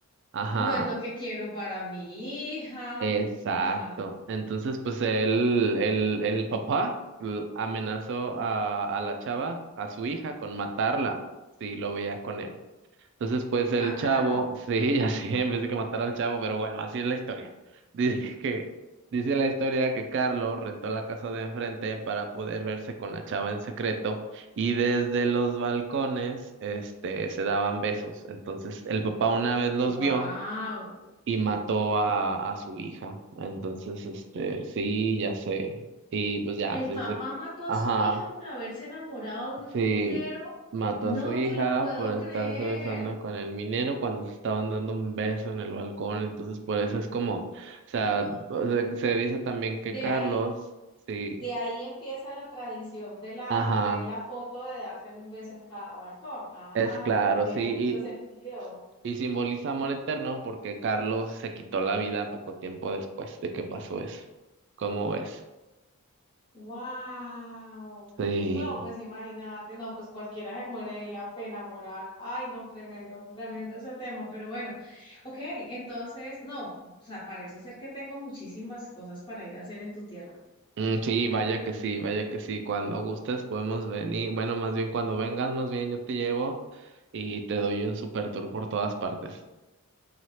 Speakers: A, on the right; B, on the left.
A: Ajá.
B: no es lo que quiero para mi hija.
A: Exacto.
B: Ajá.
A: Entonces, pues el, el, el papá l- amenazó a, a la chava, a su hija, con matarla si lo veía con él. Entonces, pues el
B: Ah,
A: chavo,
B: carajo.
A: sí, <laughs> ya sí, en vez de que matar al chavo, pero bueno, así es la historia. <laughs> Dice que, dice la historia que Carlos rentó la casa de enfrente para poder verse con la chava en secreto y desde los balcones, este, se daban besos. Entonces, el papá una vez los
B: Wow.
A: vio y mató a, a su hija. Entonces, este, sí, ya sé. Y pues ya
B: El
A: se
B: papá
A: dice,
B: mató a
A: ajá,
B: su hija por haberse enamorado de
A: sí,
B: un minero.
A: mató
B: No
A: a su hija
B: te lo puedo
A: por estarse
B: creer.
A: besando con el minero cuando se estaban dando un beso en el balcón. Entonces, por eso es como, o sea,
B: Wow.
A: se, se dice también que
B: De
A: Carlos,
B: ahí,
A: sí,
B: de ahí empieza la tradición de la,
A: ajá,
B: de la foto de darse un beso en cada balcón. Ah,
A: es claro,
B: tiene
A: sí,
B: mucho
A: y.
B: sentido.
A: Y simboliza amor eterno porque Carlos se quitó la vida poco tiempo después de que pasó eso. ¿Cómo ves?
B: Wow.
A: Sí.
B: No, pues imagínate, no, pues cualquiera se muere de la pena moral. Ay, no, tremendo, tremendo ese tema, pero bueno, ok, entonces, no, o sea, parece ser que tengo muchísimas cosas para ir a hacer en tu tierra.
A: Mm, sí, vaya que sí, vaya que sí. Cuando gustes podemos venir. Bueno, más bien cuando vengas, más bien yo te llevo y te doy un super tour por todas partes.